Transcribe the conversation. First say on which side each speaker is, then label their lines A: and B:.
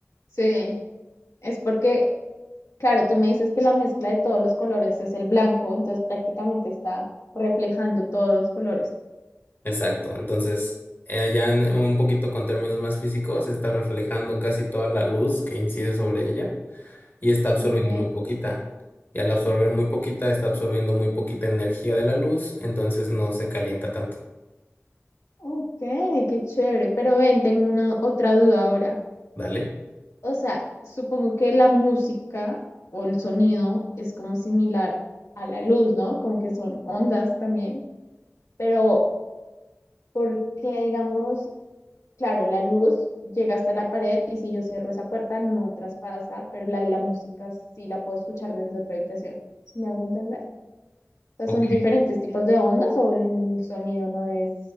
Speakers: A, on the left (about 85°); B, on the left (about 40°).
A: Sí, es porque, claro, tú me dices que la mezcla de todos los colores es el blanco, entonces prácticamente está reflejando todos los colores.
B: Exacto, entonces eh, ya en- un poquito con términos más físicos está reflejando casi toda la luz que incide sobre ella y está absorbiendo
A: Ok,
B: muy poquita. Y al absorber muy poquita, está absorbiendo muy poquita energía de la luz, entonces no se calienta tanto.
A: ok, qué chévere. Pero ven, tengo una otra duda ahora.
B: Dale.
A: O sea, supongo que la música o el sonido es como similar a la luz, ¿no? Como que son ondas también, pero porque, digamos, claro, la luz llega hasta la pared y si yo cierro esa puerta no traspasa, pero la de la música sí la puedo escuchar desde otra habitación. ¿Sí me hago entender? O sea,
B: Ok.
A: son diferentes tipos de ondas o el sonido no es